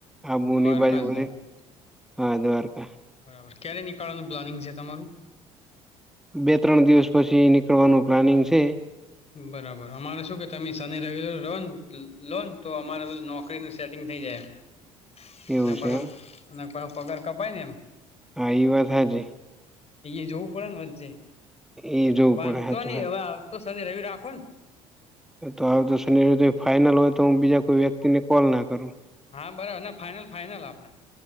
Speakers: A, in the centre; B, on the left (about 40°).
A: આબુની
B: દ્વારકા
A: બાજુ બધી
B: જવાનું
A: હાવારકા
B: બરાબર ક્યારે નીકાળવાનું પ્લાનિંગ છે તમારું
A: બે ત્રણ દિવસ પછી નીકળવાનું પ્લાનિંગ છે
B: બરાબર અમારે શું કે તમે શને રવિલર લો લોને તો અમારે નોકરીનું સેટિંગ થ જાય
A: એવું છે
B: પાછ
A: એમ
B: પાછો પગાર કપાય ને એમ
A: હ એ વાત હા જ
B: એ જવું પડે ને વચ્ચે
A: એ જોવું
B: વાંધો
A: પડે હાચુ
B: નહી
A: હે.
B: હવે તો શનિ રવ રાખો ને
A: તો આવ તો શનિ ફાઈઇનલ હોય તો હું બીજા કોઈ વ્યક્તિને કોલ ના કરું
B: હા બરાબર ના ફાઈનલ ફાઈનલ આપણે